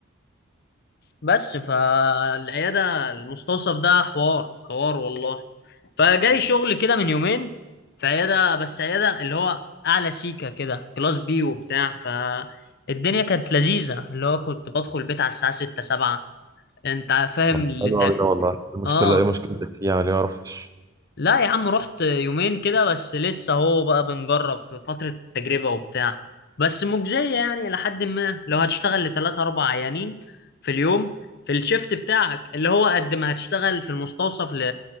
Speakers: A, on the left; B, on the right.
A: بس فالعياده المستوصف ده حوار حوار والله فجالي شغل كده من يومين في عياده بس عياده اللي هو اعلى سيكه كده كلاس بي وبتاع فالدنيا كانت لذيذه اللي هو كنت بدخل البيت على الساعه 6 7 انت فاهم
B: طب
A: اللي
B: حلو
A: تع...
B: قوي ده والله إيه المشكله
A: اه
B: ايه مشكلتك فيه يعني ليه ما رحتش
A: لا يا عم رحت يومين كده بس لسه اهو بقى بنجرب في فترة التجربة وبتاع بس مجزية يعني لحد ما لو هتشتغل لتلاتة أربع عيانين في اليوم في الشيفت بتاعك اللي هو قد ما هتشتغل في المستوصف ل